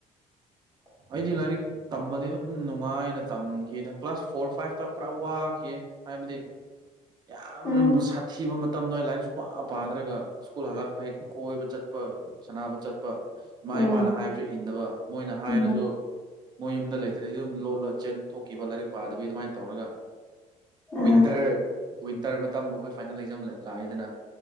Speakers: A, on the left; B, on the right.
A: <unintelligible>
B: ꯑꯩꯗꯤ ꯂꯥꯏꯔꯤꯛ ꯇꯝꯕꯗꯤ ꯑꯗꯨꯝ ꯅꯨꯡꯉꯥꯏꯅ ꯇꯝꯈꯤꯗ ꯀ꯭ꯂꯥꯁ ꯐꯣꯔ ꯐꯥꯏꯚꯇ ꯈꯔ ꯋꯥꯈꯤ ꯍꯥꯏꯕꯗꯤ ꯌꯥꯝ
A: ꯎꯝ
B: ꯁꯥꯊꯤꯕ ꯃꯇꯝꯗ ꯂꯥꯏꯔꯤꯛꯁꯨ ꯄꯥ ꯄꯥꯗ꯭ꯔꯒ ꯁ꯭ꯀꯨꯜ ꯍꯜꯂꯛꯄ ꯍꯦꯛ ꯀꯣꯏꯕ ꯆꯠꯄ ꯁꯥꯟꯅꯕ ꯆꯠꯄ ꯏꯃꯥ
A: ꯎꯝ
B: ꯏꯄꯥꯅ ꯍꯥꯏꯕꯁꯨ ꯏꯟꯗꯕ ꯃꯣꯏꯅ ꯍꯥꯏꯔꯁꯨ
A: ꯎꯝ
B: ꯃꯣꯏ ꯌꯨꯝꯗ ꯂꯩꯇ꯭ꯔꯗꯤ ꯑꯗꯨꯝ ꯂꯣꯠꯂꯣ ꯆꯦꯟ ꯊꯣꯛꯈꯤꯕ ꯂꯥꯏꯔꯤꯛ ꯄꯥꯗꯕꯤ ꯑꯗꯨꯃꯥꯏꯅ ꯇꯧꯔꯒ
A: ꯑꯥ
B: ꯋꯤꯟꯇꯔ ꯋꯤꯟꯇꯔ ꯃꯇꯝ ꯑꯩꯈꯣꯏ ꯐꯥꯏꯅꯦꯜ ꯂꯩꯖꯝ ꯂꯥꯛꯑꯦꯗꯅ